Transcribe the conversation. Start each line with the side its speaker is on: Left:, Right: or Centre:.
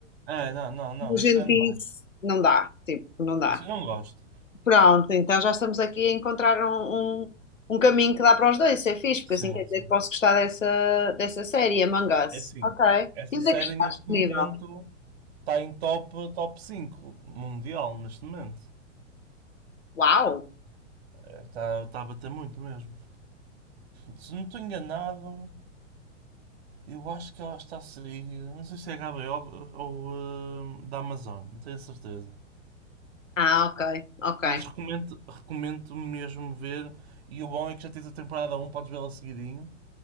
Right: É, não, não, não,
Left: Como a gente
Right: isso é demais.
Left: Nojentice, não dá, tipo, não dá.
Right: Isso eu não gosto.
Left: Pronto, então já estamos aqui a encontrar um, um, um caminho que dá para os dois, isso é fixe, porque
Right: Sim,
Left: assim quer
Right: sim.
Left: dizer que posso gostar dessa, dessa série, Among Us.
Right: É assim,
Left: Ok.
Right: essa
Left: E onde
Right: série
Left: é que estás
Right: neste
Left: disponível?
Right: momento está em top, top 5 mundial, neste momento.
Left: Uau!
Right: É, Está está a bater muito mesmo. Se não estou enganado, Eu acho que ela está a sair, não sei se é HBO ou eh, da Amazon, não tenho certeza.
Left: Ah, ok, ok,
Right: Mas recomendo, recomendo mesmo ver, e o bom é que já tens a temporada um, podes vê-la seguidinho.